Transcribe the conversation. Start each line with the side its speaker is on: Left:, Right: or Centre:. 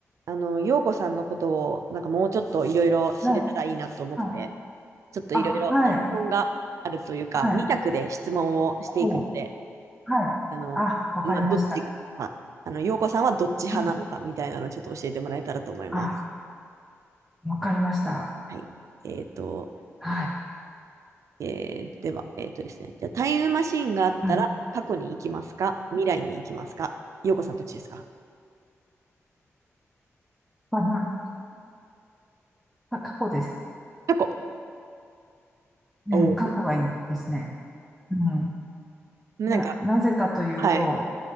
Right: あの、陽子さんのことを、なんかもうちょっといろいろ知れたらいいなと思って、
Centre: はい、はい。
Right: ちょっといろいろ質問があるというか、
Centre: あ、はい、はい。
Right: 2択で質問をしていくので、
Centre: おう、はい。
Right: あの、
Centre: あ、わかりました。
Right: まあ、どっち派、あの、陽子さんはどっち派なのかみたいなのをちょっと教えてもらえたらと思います。
Centre: はい。あ、わかりました。
Right: はい。えっと、
Centre: はい。
Right: えーでは、えっとですね、じゃあタイムマシーンがあったら、
Centre: はい。
Right: 過去に行きますか未来に行きますか陽子さんどっちですか
Centre: まあ、な、か過去です。
Right: 過去。
Centre: うん、
Right: おお。
Centre: 過去がいいですね。うん。
Right: なんか、
Centre: な、なぜかというと、
Right: はい。